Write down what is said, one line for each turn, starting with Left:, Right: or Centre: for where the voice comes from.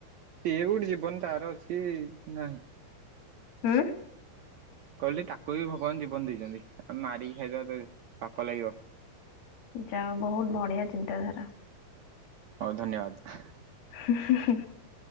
Right: ସିଏ ଗୋଟେ ଜୀବନ ତାର ଅଛି ନାହିଁ
Left: ଉୁଁ।
Right: କହିଲି ତାକୁ ବି ଭଗବାନ ଜୀବନ ଦେଇଛନ୍ତି ଆମେ ମାରିକି ଖାଇଦେବା ତ ପାପ ଲାଗିବ।
Left: ଯା ହଉ ବହୁତୁ ବଢିଆ ଚିନ୍ତାଧାରା।
Right: ହଉ ଧନ୍ୟବାଦ।
Left: ହୁଁ ହୁଁ ହୁଁ।